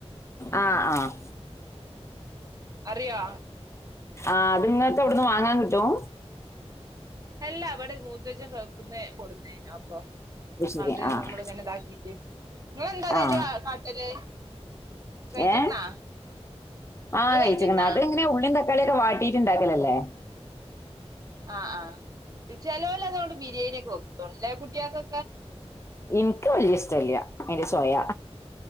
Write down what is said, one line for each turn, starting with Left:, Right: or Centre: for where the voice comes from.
Left: ആഹ് ആഹ്
Right: അറിയാ
Left: ആ അത്ങ്ങക്ക് അവിടുന്ന് വാങ്ങാൻ കിട്ടും
Right: എല്ല അവിടെ മൂത്തജം ഗൾഫിന്നു കൊടുത്തേന
Left: ശരി
Right: അത്
Left: ആഹ്
Right: നമ്മൾ ഇങ്ങനെ ഇതാക്കിട്ട് നിങ്ങളന്താ അതിന്റെ
Left: ആഹ്
Right: കാ കാട്ടത് കഴിച്ച്ക്കണാ
Left: ഏഹ് ആഹ്
Right: നിങ്ങള്
Left: കഴിച്ച്ക്ക്ണ്
Right: കഴിച്ച്ക്കണാ
Left: അതെങ്ങനെ ഉള്ളിം തക്കാളിയൊക്കെ വാട്ടിട്ട്ണ്ടാക്കലല്ലേ?
Right: ആ ആ ചലോല അതുകൊണ്ട് ബിരിയാണി ഒക്കെ വെക്കും തൊണ്ടായ കുട്ടിയക്കെ
Left: എനിക്ക് വല്ല്യ ഇഷ്ടല്ല അയ്‌ന്റെ ചോയ